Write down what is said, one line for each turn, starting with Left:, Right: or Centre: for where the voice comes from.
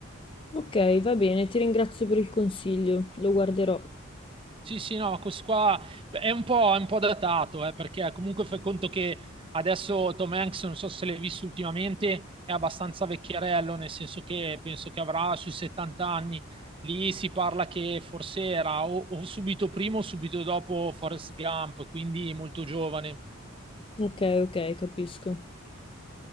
Left: Ok, va bene, ti ringrazio per il consiglio, lo guarderò.
Right: Sì, sì, no, questo qua è un po', è un po' datato, eh, perché comunque fai conto che adesso Tom Hanks, non so se l'hai visto ultimamente, è abbastanza vecchierello, nel senso che penso che avrà sui 70 anni. Lì si parla che forse era o, o subito prima o subito dopo Forrest Gump, quindi molto giovane.
Left: Ok, ok, capisco.